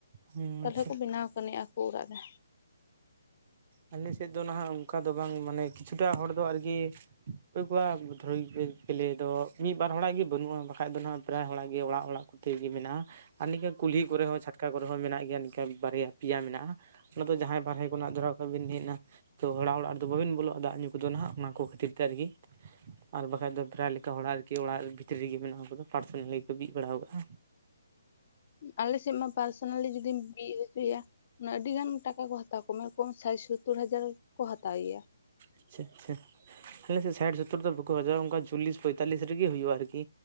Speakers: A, on the right; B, on the left.
A: ᱦᱮᱸ
B: ᱛᱟᱦᱞᱮ
A: ᱟᱪᱪᱷᱟ
B: ᱠᱚ ᱵᱮᱱᱟᱣ ᱠᱟᱱ ᱟᱠᱚ ᱚᱲᱟᱜ ᱨᱮ
A: ᱟᱞᱮ ᱥᱮᱫ ᱫᱚ ᱱᱟᱦᱟᱜ ᱚᱱᱠᱟ ᱫᱚ ᱵᱟᱝ ᱢᱟᱱᱮ ᱠᱤᱪᱷᱩᱴᱟ ᱦᱚᱲ ᱫᱚ ᱟᱨᱠᱤ ᱚᱠᱚᱭ ᱠᱚᱣᱟᱜ ᱫᱷᱩᱨᱞᱮ ᱫᱚ ᱢᱤᱫ ᱵᱟᱨ ᱦᱚᱲᱟᱜ ᱜᱮ ᱵᱟᱹᱱᱩᱜ-ᱟ ᱵᱟᱠᱷᱟᱡ ᱫᱚ ᱱᱟᱦᱟᱜ ᱯᱨᱟᱭ ᱦᱚᱲᱟᱜ ᱜᱮ ᱚᱲᱟᱜ ᱚᱲᱟᱜ ᱠᱚᱛᱷᱮ ᱜᱮ ᱢᱮᱱᱟᱜ-ᱟ ᱟᱨ ᱱᱤᱝᱠᱟᱹ ᱠᱩᱞᱦᱤ ᱠᱚᱨᱮ ᱦᱚ ᱪᱷᱟᱴᱠᱟ ᱠᱚᱨᱮ ᱦᱚ ᱢᱮᱱᱟᱜ ᱜᱮᱭᱟ ᱱᱤᱠᱟᱹ ᱵᱟᱨᱭᱟ ᱯᱮᱭᱟ ᱢᱮᱱᱟᱜ-ᱟ ᱚᱱᱟ ᱫᱚ ᱡᱟᱦᱟᱭ ᱵᱟᱨᱦᱮ ᱠᱷᱚᱱᱟᱜ ᱫᱷᱚᱨᱟ... ᱵᱟᱵᱤᱱ ᱦᱮᱡ ᱮᱱᱟ ᱛᱚ ᱦᱚᱲᱟᱜ ᱚᱲᱟᱜ ᱨᱮᱫᱚ ᱵᱟᱵᱤᱱ ᱵᱚᱞᱚᱜ-ᱟ ᱫᱟᱜ ᱧᱩ ᱠᱚᱫᱚ ᱦᱟᱜ ᱚᱱᱟ ᱠᱚ ᱠᱷᱟᱹᱛᱤᱨ ᱛᱮ ᱟᱨᱠᱤ ᱟᱨ ᱵᱟᱠᱷᱟᱡ ᱫᱚ ᱯᱨᱟᱭ ᱞᱮᱠᱟ ᱦᱚᱲᱟᱜ ᱟᱨᱠᱤ ᱚᱲᱟᱜ ᱵᱷᱤᱛᱨᱤ ᱨᱮᱜᱮ ᱢᱮᱱᱟᱜ ᱩᱱᱠᱩ ᱯᱟᱨᱥᱚᱱᱟᱞ ᱜᱮ ᱠᱚ ᱵᱤᱫ ᱵᱟᱲᱟ ᱟᱠᱟᱜ-ᱟ
B: ᱟᱞᱮᱥᱮᱫ ᱢᱟ ᱯᱟᱨᱥᱚᱱᱟᱞᱤ ᱡᱩᱫᱤᱢ ᱵᱤᱫ ᱦᱚᱪᱚᱭᱟ ᱚᱱᱮ ᱟᱹᱰᱤ ᱜᱟᱱ ᱴᱟᱠᱟ ᱠᱚ ᱦᱟᱛᱟᱣ ᱠᱚᱢ ᱨᱚᱠᱚᱢ ᱥᱟᱭ ᱥᱚᱛᱚᱨ ᱦᱟᱡᱟᱨ ᱠᱚ ᱦᱟᱛᱟᱣ ᱜᱮᱭᱟ
A: ᱟᱪᱪᱷᱟ ᱟᱪᱪᱷᱟ ᱟᱞᱮᱥᱮᱫ ᱥᱟᱭᱴ ᱥᱚᱛᱚᱨ ᱫᱚ ᱵᱟᱠᱚ ᱦᱟᱡᱟᱨ-ᱟ ᱚᱱᱠᱟ ᱪᱚᱞᱤᱥ ᱯᱚᱭᱛᱟᱞᱤᱥ ᱨᱮᱜᱮ ᱦᱩᱭᱩᱜ-ᱟ ᱟᱨᱠᱤ